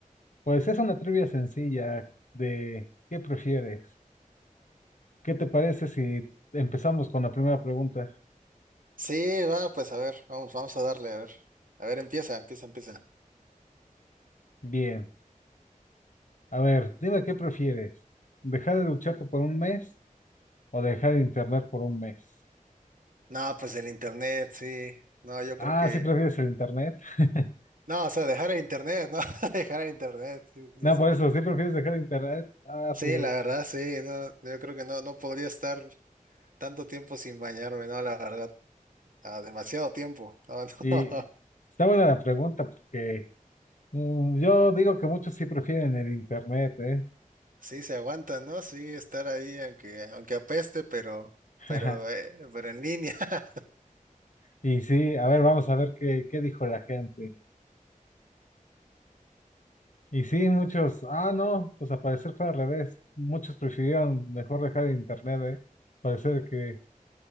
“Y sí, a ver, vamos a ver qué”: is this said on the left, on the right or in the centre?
Left